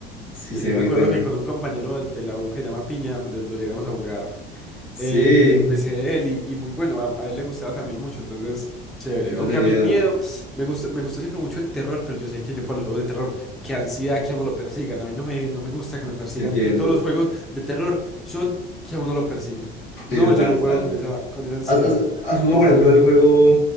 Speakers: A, on the left; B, in the centre.
A: Sí,
B: Yo,
A: sí,
B: yo me
A: muy
B: acuerdo
A: bueno.
B: que con un compañero de la U que se llama Piña, lo, lo llegamos a jugar
A: Sí,
B: eh, en el PC de él y, y muy bueno, a, a él le gustaba también mucho, entonces chévere.
A: qué entretenido.
B: Aunque a mí el miedo, me gusta, me gustó siempre mucho el terror, pero yo sé que yo para los juegos de terror, qué ansiedad que a uno lo persigan, a mí no me, no me gusta que me persigan
A: Entiendo.
B: y todos los juegos de terror son que a uno lo persiguen.
A: Sí,
B: No,
A: total,
B: yo no puedo
A: total.
B: con esa, con esa ansiedad,
A: ¿Has, has- has jugado,
B: ansiedad
A: por ejemplo,
B: virtual.
A: el juego?